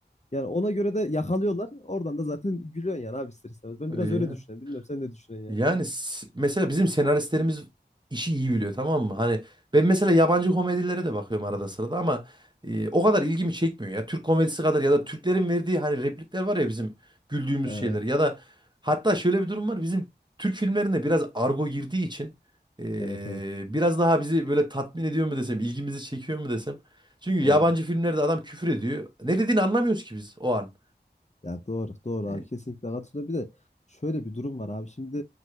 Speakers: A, on the left; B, on the right.
A: Yani ona göre de yakalıyorlar. Oradan da zaten gülüyorsun yani abi ister istemez. Ben biraz
B: İyi.
A: öyle düşünüyorum. Bilmiyorum sen ne düşünüyorsun
B: Yani
A: yani.
B: s- mesela bizim senaristlerimiz işi iyi biliyor tamam mı? Hani ben mesela yabancı komedilere de bakıyorum arada sırada ama e, o kadar ilgimi çekmiyor ya. Türk komedisi kadar ya da Türklerin verdiği hani replikler var ya bizim güldüğümüz
A: Evet.
B: şeyler ya da hatta şöyle bir durum var. Bizim Türk filmlerinde biraz argo girdiği için e,
A: Evet evet.
B: biraz daha bizi böyle tatmin ediyor mu desem, ilgimizi çekiyor mu desem. Çünkü yabancı
A: Doğru.
B: filmlerde adam küfür ediyor. Ne dediğini anlamıyoruz ki biz o an.
A: Ya doğru, doğru
B: E,
A: abi kesinlikle katılıyorum. Bir de şöyle bir durum var abi. Şimdi